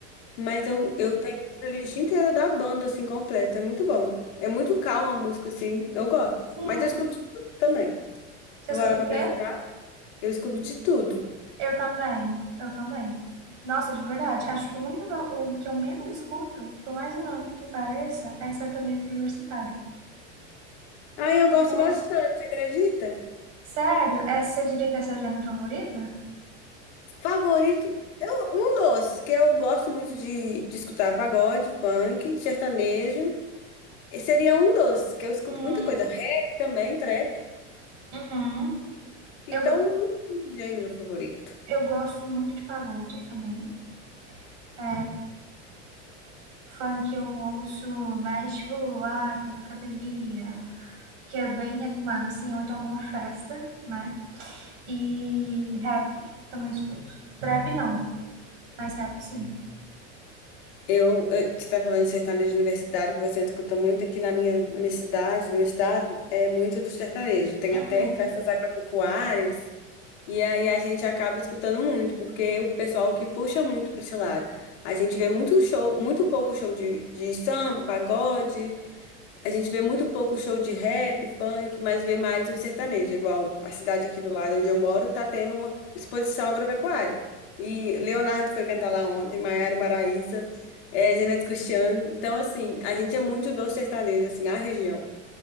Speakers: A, on the left (about 60°); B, on the right (about 70°).
A: Mas
B: hum,
A: eu, eu tenho a playlist inteira da banda, assim, completa. É muito bom. É muito calma a música, assim, eu gosto.
B: sim.
A: Mas eu escuto de tudo também.
B: Você
A: Vou
B: escuta
A: parar pra
B: o quê?
A: pensar, eu escuto de tudo.
B: Eu também, eu também. Nossa, de verdade, acho que o único o que eu menos escuto, por mais irônico que pareça, é sertanejo universitário.
A: Aí eu gosto
B: Já-
A: bastante, você acredita?
B: sério? Essa você diria que é a seu gênero favorito?
A: Favorito, eu, um dos que eu gosto muito de, de escutar pagode, funk, sertanejo. Esse seria um dos que eu escuto
B: Uhum,
A: muita coisa. Rap também, trap.
B: uhum.
A: Então,
B: Eu,
A: não tem gênero favorito.
B: eu gosto muito de pagode também. É, funk eu ouço mais, tipo, ai, tô na academia, que é bem animado, assim, ou então numa festa, né? E rap também escuto. Trap não, mas rap sim.
A: Eu, eu- você está falando de sertanejo universitário, que você escuta muito aqui na minha, na minha cidade, no meu estado, é muito do sertanejo. Tem
B: Uhum.
A: até festas agropecuárias. E aí a gente acaba escutando muito, porque o pessoal que puxa muito para esse lado. A gente vê muito show, muito pouco show de, de samba, pagode, a gente vê muito pouco show de rap, funk, mas vê mais o sertanejo, igual a cidade aqui do lado onde eu moro tá tendo uma exposição agropecuária. E Leonardo foi cantar lá ontem, Maiara e Maraísa, é, Zeneto Cristiano. Então, assim, a gente é muito do sertanejo, assim, a região.